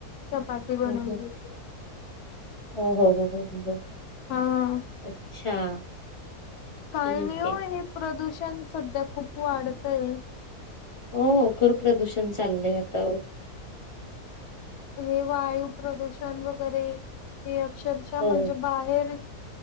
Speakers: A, on the left; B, on the left.
A: चपाती. बनवली
B: ह् ह.
A: होती
B: हॊ हो.
A: हा
B: अच्छा.
A: काही
B: ठीक
A: नाहि हो
B: आहे
A: हे प्रदूषण सध्या खूप वाढतय.
B: हो खूर प्रदूषण चाललंय आता हो.
A: हे वायू प्रदूषण वगैरे हे अक्षरशः
B: हो
A: म्हणजे बाहेर..